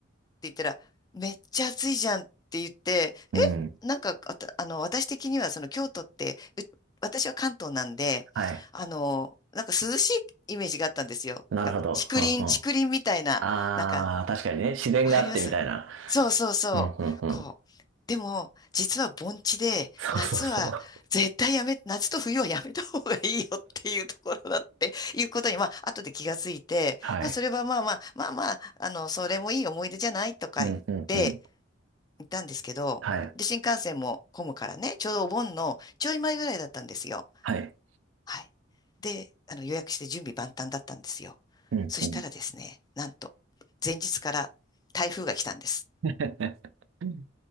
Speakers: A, on the left; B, on the right.
A: 言ったら、めっちゃ暑いじゃんって言って、
B: うん。
A: え、なんか、あた、あの、私的にはその京都って、う私は関東なんで、
B: はい。
A: あの、なんか涼しいイメージがあったんですよ。
B: なるほど。
A: なんか竹林、
B: はん、うん。
A: 竹林みたいな、
B: あー、
A: なんか
B: 確かにね、自然があってみたいな。
A: わかりますそうそうそう。
B: うん、うん、うん。
A: こう。でも、実は盆地で、
B: そうそうそう。
A: 夏は絶対やめ、夏と冬はやめた方がいいよっていうところだっていうことに、まあ、後で気がついて、
B: はい。
A: まあ、それはまあまあ、まあまあ、あの、それもいい思い出じゃないとか言って、
B: うん、うん、うん。
A: 行ったんですけど、
B: はい。
A: で、新幹線も混むからね、ちょうどお盆のちょい前ぐらいだったんですよ。
B: はい。
A: はい。で、あの、予約して準備万端だったんですよ。
B: うん、
A: そしたらですね、
B: うん。
A: なんと、前日から台風が来たんです。
B: <laughs>